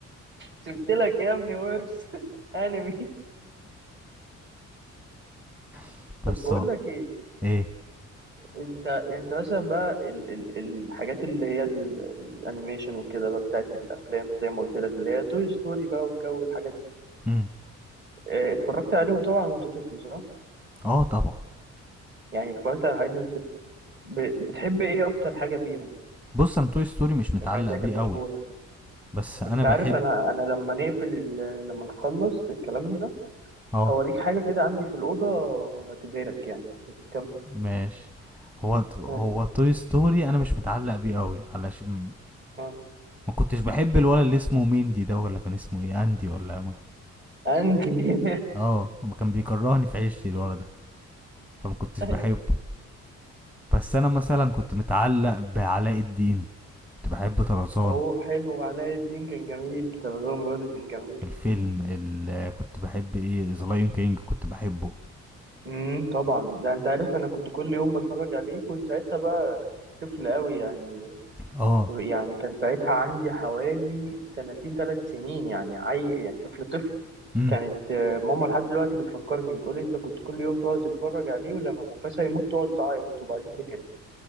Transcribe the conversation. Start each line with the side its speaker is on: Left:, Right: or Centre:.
Right: سبت لك يا ابني ورث <laughs> انمي
Centre: <applause> بس
Right: طب بقول
Centre: اه
Right: لك ايه
Centre: ايه
Right: انت انت مثلا بقى ال ال الحاجات اللي هي ال- الانيميشن وكده بقى بتاعت الافلام زي ما قلت لك اللي هي توي ستوري بقى والجو الحاجات دي
Centre: امم
Right: آه، اتفرجت عليهم طبعا وانت طفل صح؟
Centre: اه طبعا
Right: يعني اتفرجت على الحاجات دي وانت طفل. ب- بتحب ايه اكتر حاجة فيهم؟
Centre: بص انا توي ستوري مش متعلق
Right: في الحاجات اللي هي
Centre: بيه
Right: كانت مشهورة
Centre: قوي بس انا
Right: انت عارف
Centre: بحب
Right: انا انا لما نقفل ال... لما نخلص الكلام ده
Centre: اه
Right: هوريك حاجة كده عندي في الأوضة هتبهرك يعني بس كمل
Centre: ماشي هو هو
Right: آه،
Centre: توي ستوري انا مش متعلق بيه قوي علشان
Right: آه.
Centre: ما كنتش بحب الولد اللي اسمه ميندي ده ولا كان اسمه ايه اندي ولا ما
Right: عندي
Centre: اه ما كان بيكرهني في عيشتي الولد
Right: <laughs>
Centre: ده. فما كنتش
Right: ايوه
Centre: بحبه بس انا مثلا كنت متعلق بعلاء الدين كنت بحب طرزان
Right: هو حلو علاء الدين كان جميل تلفزيون برضه كان جميل
Centre: الفيلم اللي كنت بحب ايه ذا لايون كينج كنت بحبه
Right: امم طبعا ده انت عارف انا كنت كل يوم بتفرج عليه كنت ساعتها بقى طفل قوي يعني
Centre: اه
Right: كو- يعني كان ساعتها عندي حوالي سنتين ثلاث سنين يعني عي... يعني طفل طفل
Centre: امم
Right: كانت آه، ماما لحد دلوقتي بتفكرني بتقولي انت كنت كل يوم تقعد تتفرج عليه ولما مفاسا يموت تقعد تعيط وبعدين تنام